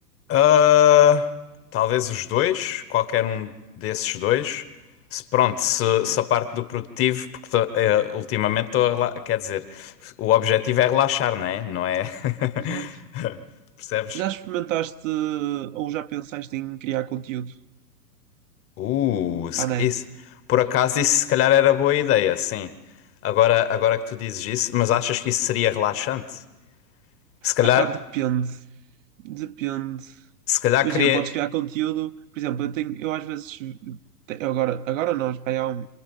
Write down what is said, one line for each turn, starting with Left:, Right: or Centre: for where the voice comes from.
Left: Ah, talvez os dois, qualquer um desses dois. Se, pronto, se,
Right: Epá,
Left: se a parte do produtivo, porque tô, eh, ultimamente estou a rela- quer dizer, o objetivo é relaxar, não é? Não é?
Right: Exato.
Left: <laughs> Percebes?
Right: Já experimentaste eh, ou já pensaste em criar conteúdo
Left: Uh, se-
Right: para
Left: isso.
Right: a net?
Left: Por acaso isso se calhar era boa ideia, sim. Agora, agora que tu dizes isso, mas achas que isso seria relaxante? Se calhar,
Right: Epá, depende. Depende.
Left: se calhar
Right: Imagina,
Left: queria.
Right: podes criar conteúdo. Por exemplo, eu tenho, eu às vezes te- agora, agora nós, pá, há um,